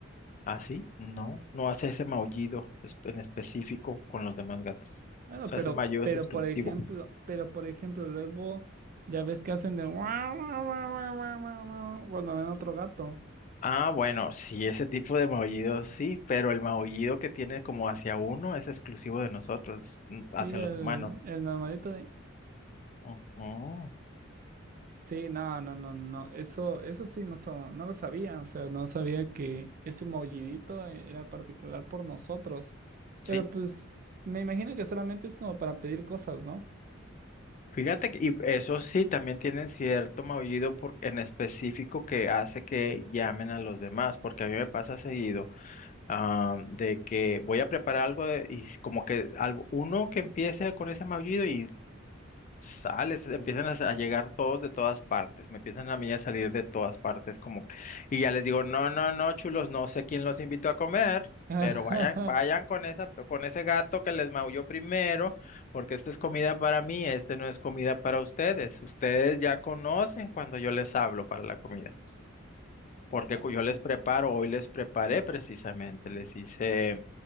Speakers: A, on the left; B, on the right.
A: así, no, no hace ese maullido es- en específico con los demás gatos.
B: Bueno,
A: O sea,
B: pero,
A: ese maullido
B: pero
A: es exclusivo.
B: por ejemplo, pero por ejemplo, luego ya ves que hacen de guau, guau, guau, guau, guau, guau, guau, cuando ven otro gato.
A: Ah, bueno, sí, ese tipo de maullido sí, pero el maullido que tiene como hacia uno es exclusivo de nosotros, n- hacia
B: Sí, el,
A: los humanos.
B: el normalito de
A: Ujú,
B: Sí, no, no, no, no. Eso, eso sí no, sa- no lo sabía. O sea, no sabía que ese maullidito e- era particular por nosotros. Pero
A: Sí.
B: pues me imagino que solamente es como para pedir cosas, ¿no?
A: Fíjate que y eso sí, también tienen cierto maullido por- en específico que hace que llamen a los demás, porque a mí me pasa seguido ah, de que voy a preparar algo de- y s- como que algo, uno que empiece con ese maullido y sales, empiezan a, a llegar todos de todas partes, me empiezan a mí a salir de todas partes, como, y ya les digo, no, no, no, chulos, no sé quién los invitó a comer,
B: <laughs>
A: pero vayan, vayan con esa, con ese gato que les maulló primero, porque esta es comida para mí, este no es comida para ustedes, ustedes ya conocen cuando yo les hablo para la comida. Porque
B: A
A: cu- yo les preparo, hoy les preparé precisamente, les hice